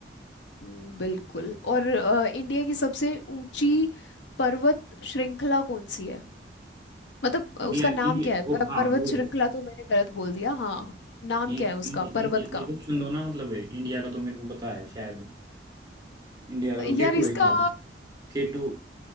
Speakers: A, on the left; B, on the right.
A: हम्म, बिल्कुल और अ, इंडिया की सबसे ऊंची पर्वत श्रृंखला कौन सी है मतलब अ, उसका
B: इंडिया
A: नाम
B: इंडिया
A: क्या है प-
B: ओ हाँ
A: पर्वत
B: वो
A: श्रृंखला तो मैंने गलत बोल दिया हाँ नाम
B: ये
A: क्या
B: इंडिया,
A: है उसका पर्वत
B: इंडिया ये
A: का
B: ऑप्शन दो ना मतलब है इंडिया का तो मेरे को पता है शायद इंडिया का तो केटू
A: यार इसका
B: है शायद केटू